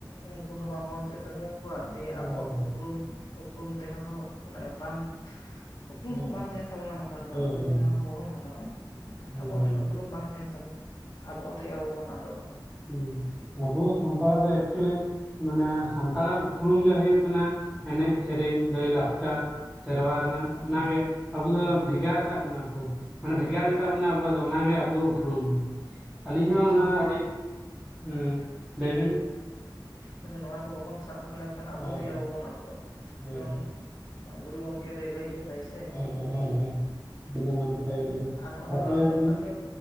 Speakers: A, on the left; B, in the centre.
A: ᱩᱱᱠᱩ ᱦᱚᱸ ᱵᱟᱵᱚᱱ ᱪᱮᱫ ᱫᱟᱲᱮ ᱟᱠᱚᱣᱟ ᱫᱤᱭᱮ
B: ᱦᱳᱭ
A: ᱟᱵᱚᱣᱟᱜ ᱩᱯᱨᱩᱢ ᱩᱯᱨᱩᱢ ᱛᱟᱦᱮᱸᱦᱚᱸ ᱢᱟᱱᱮ ᱵᱟᱢ ᱩᱯᱨᱩᱢ
B: ᱦᱳᱭ
A: ᱦᱚᱸ ᱵᱟᱝ ᱛᱟᱦᱮᱱ ᱛᱟᱵᱚᱱᱟ ᱱᱚᱝᱠᱟ ᱨᱮᱫᱚ
B: ᱦᱳᱭ
A: ᱟᱵᱚ
B: ᱦᱳᱭ ᱦᱳᱭ ᱦᱳᱭ
A: ᱡᱩᱫᱤ ᱱᱚᱣᱟ ᱠᱚ ᱵᱟᱵᱚᱱ ᱢᱟᱱᱟᱣᱟ ᱦᱮᱸ
B: ᱦᱳᱭ
A: ᱟᱵᱚᱣᱟᱜ
B: ᱦᱳᱭ
A: ᱢᱤᱫᱴᱮᱱ ᱩᱯᱨᱩᱢ ᱵᱟᱝ ᱛᱟᱦᱮᱱ ᱛᱟᱵᱚᱱᱟ ᱟᱵᱚᱣᱟᱜ ᱛᱮᱜᱮ ᱟᱵᱚ ᱵᱚᱱ ᱟᱸᱫᱚᱜᱼᱟ
B: ᱦᱮᱸ ᱟᱵᱩ ᱥᱟᱱᱛᱟᱲ ᱫᱚ ᱮᱠᱪᱩᱞᱤ ᱢᱟᱱᱮ ᱥᱟᱱᱛᱟᱲᱟᱜ ᱩᱯᱨᱩᱢ ᱜᱮ ᱦᱩᱭᱩᱜ ᱠᱟᱱᱟ ᱮᱱᱮᱡ ᱥᱮᱨᱮᱧ ᱞᱟᱹᱭ ᱞᱟᱠ ᱞᱟᱠᱪᱟᱨ ᱥᱮᱨᱣᱟ ᱨᱮᱱᱟᱜ
A: ᱦᱳᱭ
B: ᱚᱱᱟ ᱜᱮ ᱟᱵᱚ ᱫᱚ ᱵᱷᱮᱜᱟᱨ ᱟᱠᱟᱫ ᱵᱚᱱᱟ ᱠᱚ ᱢᱟᱱᱮ ᱵᱷᱮᱜᱟᱨ
A: ᱦᱳᱭ
B: ᱜᱮᱛᱟ ᱵᱚᱱᱟ ᱚᱱᱟᱜᱮ ᱟᱵᱚᱣᱟᱜ ᱩᱯᱨᱩᱢ ᱟᱹᱞᱤᱧ ᱦᱚᱸ
A: ᱱᱚᱣᱟ
B: ᱚᱱᱟ
A: ᱠᱚ
B: ᱟᱹᱰᱤ ᱦᱮᱸ ᱞᱟᱹᱭᱵᱤᱱ
A: ᱢᱮᱱ ᱱᱚᱣᱟ ᱠᱚ ᱵᱟᱵᱚᱱ ᱥᱟᱵ ᱫᱚᱦᱚ ᱞᱮᱠᱷᱟᱱ ᱟᱵᱚ
B: ᱦᱳᱭ
A: ᱛᱮᱜᱮ
B: ᱦᱳᱭ
A: ᱟᱵᱚᱵᱚᱱ ᱟᱫᱚᱜᱼᱟ
B: ᱦᱳᱭ
A: ᱡᱮᱢᱚᱱ
B: ᱦᱳᱭ
A: ᱜᱩᱨᱩ ᱜᱚᱝᱠᱮ ᱫᱚᱹᱭ ᱞᱟᱹᱭ ᱠᱟᱫᱟᱭ ᱥᱮ
B: ᱦᱮ ᱦᱮ ᱟᱰᱤ ᱫᱟᱢᱟᱱ ᱠᱟᱛᱷᱟ ᱜᱮᱭ ᱞᱟᱹᱭ ᱟᱠᱟᱫᱟ
A: ᱟᱨ ᱱᱚᱣᱟ
B: ᱛᱟᱯᱚᱨᱮ
A: ᱫᱚ ᱵᱟᱥᱛᱚᱵ
B: ᱦᱳᱭ
A: ᱠᱟᱱ ᱜᱮᱭᱟ